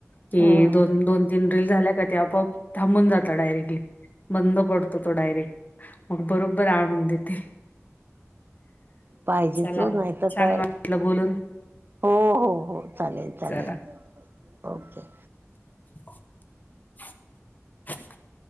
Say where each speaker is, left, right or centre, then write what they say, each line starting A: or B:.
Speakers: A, on the left; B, on the right.
A: कि
B: हम्म
A: दोन -दोन, तीन रिल झाल्या का, ते आपोआप थांबून जात डायरेक्टली. बंद पडतो तो डायरेक्ट, मग बरोबर आणून देते.
B: पाहिजे
A: चला
B: वो
A: मग
B: नाही तर
A: छान
B: काय
A: वाटलं बोलून
B: हो, हो, हो चालेल, चालेल
A: चला.
B: ओके.
A: <unintelligible>